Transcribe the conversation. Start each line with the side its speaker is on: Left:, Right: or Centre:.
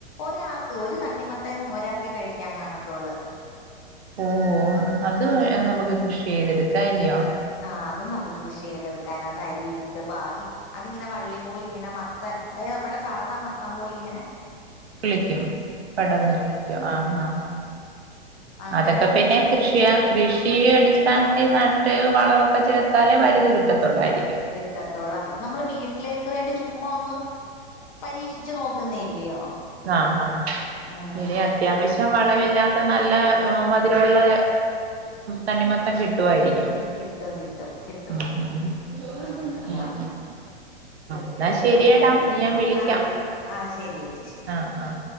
Left: ഒരാക്ക് ഒരു തണ്ണിമത്തൻ ഒരാക്കേ കഴിക്കാൻ കാണത്തുള്ളൂ
Right: ഏഹ് ഹേ അത് നമുക്ക് കൃഷി ചെയ്തെടുക്കാല്ലിയോ
Left: ആഹ് അതും നമുക്ക് കൃഷി ചെയ്തെടുക്കാ അയ്നകത്ത് അരി ഇട്ട് പാകി അതിങ്ങനെ വള്ളി പോലിഇങ്ങനെ മത്തൻ അതായത് നമ്മുടെ സാധാ മത്തം പോലി ങ്ങനെ
Right: കിളിക്കും പടർന്ന് കിളിക്കും
Left: ഉം
Right: ആഹ്
Left: ഉം
Right: ആഹ് ആഹ്
Left: അങ്ങനെ
Right: അതൊക്കെ
Left: നമുക്കതും
Right: പിന്നെ കൃഷിയ കൃഷി അടിസ്ഥാനത്തി നട്ട് വളവൊക്കെ ചേർ ത്താലേ വലുത് കിട്ടത്തൊള്ളായിരിക്കും
Left: കിട്ടത്തൊള്ള ഇത് നമ്മള് വീട്ടിലേക്ക് വേണ്ടി ചുമ്മാ ഒന്ന് പരീക്ഷിച്ചച്ച് നോക്കുന്നേല്ലിയോ
Right: ആഹ് ആഹ്
Left: ഉം
Right: ശരി അത്യാവശ്യം വളവില്ലാത്ത നല്ല മധിരവുള്ളെ തണ്ണിമത്തം കിട്ടുവായിരിക്കും
Left: കിട്ടും കിട്ടും കിട്ടും
Right: ഉം ഉം
Left: ആഹ് അതാ
Right: ഉം ഉം എന്നാ ശരിയടാ
Left: അപ്പ അങ്ങ
Right: ഇനി ഞാ വിളിക്കാം
Left: ആഹ് ആഹ് ശെരിയേച്ചി ശരി
Right: ആഹ് ആഹ്